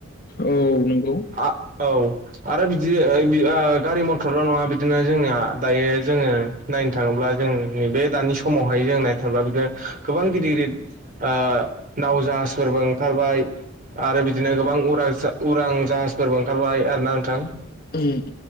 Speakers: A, on the left; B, on the right.
A: औ नंगौ
B: आ औ आरो बिदि <unintelligible> आ गारि मटरल' नङा बिदिनो जोंनिया दायो जोङो नायनो थाङोब्ला जोंनि बे दानि स मावहाय जों नायनो थांब्ला बिदिनो गोबां गिदिर गिदिर आ नाव जाहाजफोरबो ओंखारबाय आरो बिदिनो उरां उरां जाहा हासफोरबो ओंखारबायबाय आरोना नोंथां
A: ओम